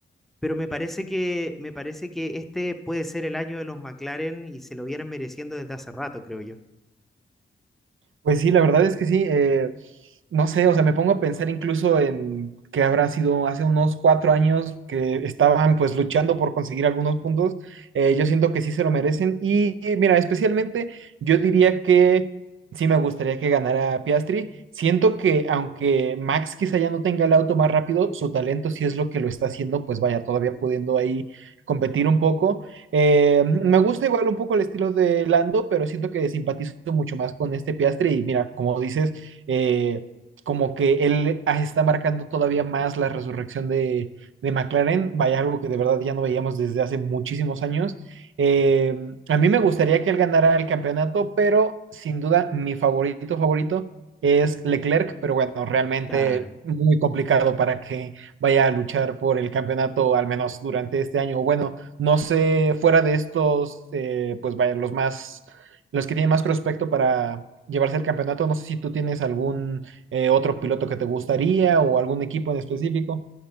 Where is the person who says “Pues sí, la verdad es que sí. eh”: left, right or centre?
Right